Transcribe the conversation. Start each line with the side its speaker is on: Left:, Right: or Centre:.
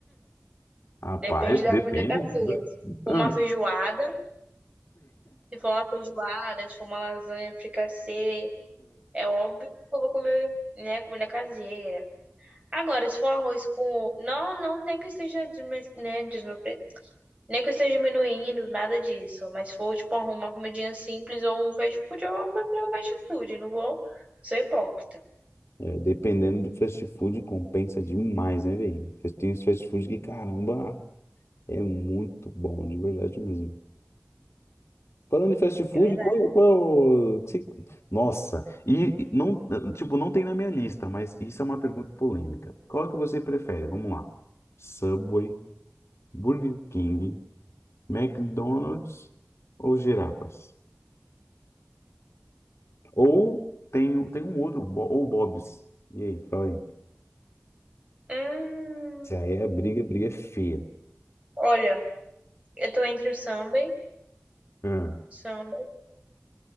Left: Rapaz,
Right: Depende da
Left: depende
Right: comida caseira.
Left: do...
Right: Se for
Left: Ah,
Right: uma feijoada, se for uma feijoada, se for uma lasanha fricassê, é óbvio que eu vou comer, né, comida caseira. Agora, se for arroz com. Não, não, nem que eu esteja, desme- né, desnupre- nem que eu esteja diminuindo, nada disso. Mas se for, tipo, uma comidinha simples ou um fast food, eu prefiro fast food, não vou. Sou hipócrita,
Left: é, é, dependendo do fast food, compensa demais, né, velho? Tem os fast food que, caramba, é muito bom, de verdade mesmo. Falando em fast food,
Right: é verdade.
Left: qual, qual... que se- Nossa, e e não, tipo, não tem na minha lista, mas isso é uma pergunta polêmica. Qual que você prefere? Vamos lá. Subway, Burger King, McDonald's ou girafas? Ou tem, tem um outro, Bo- ou Bob's. E aí, fala aí.
Right: Hum,
Left: se aí a briga, a briga é feia.
Right: olha, eu tô entre o samba,
Left: Ah,
Right: samba,